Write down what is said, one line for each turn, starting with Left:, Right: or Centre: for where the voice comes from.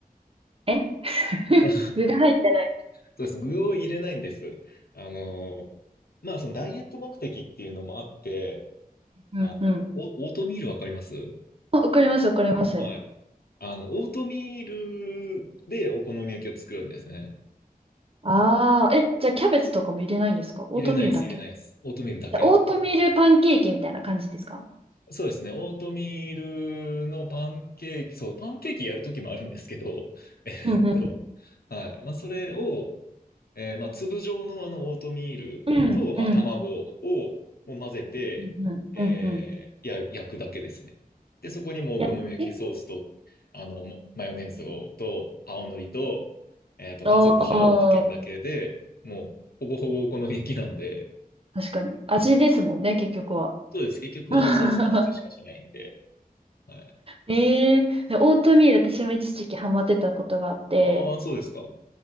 Right: え <laughs>
Left: <laughs> そ
Right: 具が入ってない。
Left: うです。具を入れないんです。あのーまあ、そのダイエット目的っていうのもあって、
Right: うんうん。
Left: あの、オオートミールわかります
Right: あ、わかります、わかります。
Left: はい。あの、オートミールでお好み焼きを作るんですね。
Right: ああ、え、じゃあキャベツとかも入れないんですかオートミールだけ
Left: 入れないです、入れないです。オートミールだけ。
Right: じゃあオートミールパンケーキみたいな感じですか
Left: そうですね。オートミールのパンケーキ、そう、パンケーキやるときもあるんですけど、<laughs> えーっと、
Right: うんうん。
Left: はい。まあ、それを、えーまあ、粒状のあのオートミールと、
Right: うん、
Left: まあ、
Right: うん、
Left: 卵をもう混ぜて、
Right: うん、うん、
Left: えー、
Right: うん、うん。
Left: や、焼くだけですね。で、そこにもうお好み焼きソースと、
Right: やえ
Left: あの、もマヨネーズを、と、青のりと、えーっと、
Right: ああー、
Left: 鰹節をかけるだけで、もう、ほぼほぼお好み焼きなんで、
Right: 確かに。味ですもんね、結局は。
Left: そうです。結局、
Right: <laughs>
Left: あのソースの味しかしないんで、はい。
Right: ええーオートミール私も一時期ハマってたことがあって、
Left: ああ、そうですか。うん